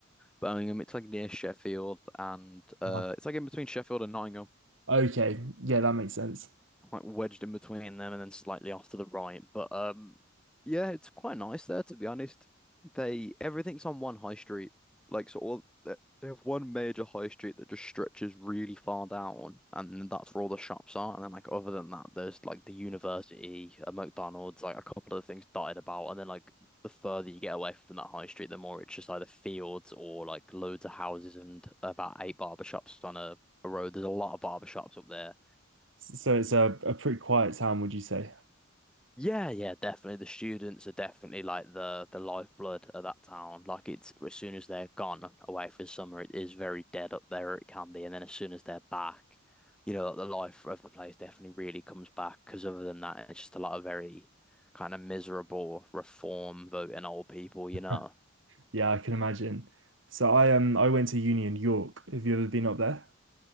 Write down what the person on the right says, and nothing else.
Uh,
okay. Yeah, that makes sense.
So it's a, a pretty quiet town, would you say?
<laughs>
Yeah, I can imagine. So I um I went to uni in York. Have you ever been up there?